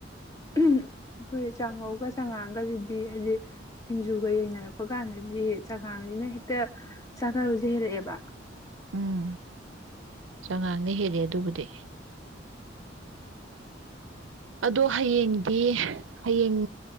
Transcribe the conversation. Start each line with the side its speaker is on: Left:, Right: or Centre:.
Left: ꯑꯩꯈꯣꯏ ꯆꯥꯉꯧꯒ ꯆꯥꯉꯥꯡꯒꯁꯤꯗꯤ ꯍꯥꯏꯗꯤ ꯁꯤꯡꯖꯨꯒ ꯌꯦꯡꯅꯔꯛꯄ ꯀꯥꯟꯗꯗꯤ ꯆꯉꯥꯡꯁꯤꯅ ꯍꯦꯛꯇ ꯆꯥꯟꯅꯕꯁꯦ ꯍꯦꯜꯂꯛꯑꯦꯕ
Right: ꯎꯝ ꯆꯉꯥꯡꯅ ꯍꯦꯜꯂꯦ ꯑꯗꯨꯕꯨꯗꯤ ꯑꯗꯣ ꯍꯌꯦꯡꯗꯤ ꯍꯌꯦꯡ